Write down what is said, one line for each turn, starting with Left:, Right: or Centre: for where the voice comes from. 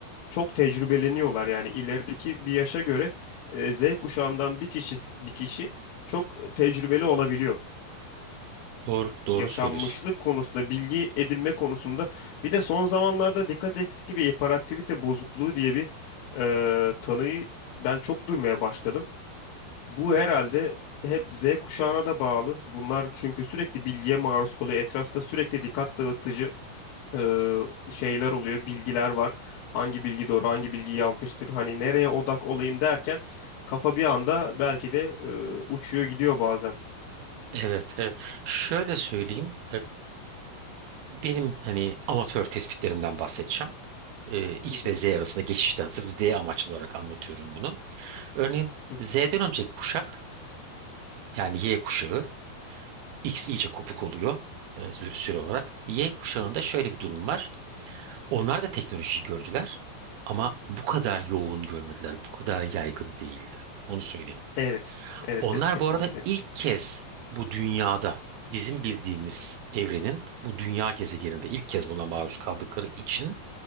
Left: çok tecrübeleniyorlar yani ilerideki bir yaşa göre e, Z kuşağından bir kişi bir kişi çok tecrübeli olabiliyor
Right: Doğru, doğru
Left: yaşanmışlık
Right: söylüyorsun.
Left: konusunda bilgi edinme konusunda bir de son zamanlarda dikkat eksikliği ve hiperaktivite bozukluğu diye bir e, tanıyı ben çok duymaya başladım. Bu herhalde hep Z kuşağına da bağlı. Bunlar çünkü sürekli bilgiye maruz kalıyor. Etrafta sürekli dikkat dağıtıcı e, şeyler oluyor, bilgiler var. Hangi bilgi doğru, hangi bilgi yanlıştır? Hani nereye odak olayım derken kafa bir anda belki de e, uçuyor gidiyor bazen.
Right: Evet, evet. Şöyle söyleyeyim. Benim hani amatör tespitlerimden bahsedeceğim. Ee, X
Left: Hı hı,
Right: ve Z arasında geçişten sırf Z amaçlı olarak anlatıyorum bunu. Örneğin
Left: hı
Right: Z'den
Left: hı.
Right: önceki kuşak yani Y kuşağı X iyice kopuk oluyor e, zü- süre olarak. Y kuşağında şöyle bir durum var. Onlar da teknolojiyi gördüler ama bu kadar yoğun görmediler. Bu kadar yaygın değildi. Onu söyleyeyim.
Left: Evet, evet,
Right: Onlar
Left: evet kesinlikle.
Right: bu arada ilk kez bu dünyada bizim bildiğimiz evrenin bu dünya gezegeninde ilk kez buna maruz kaldıkları için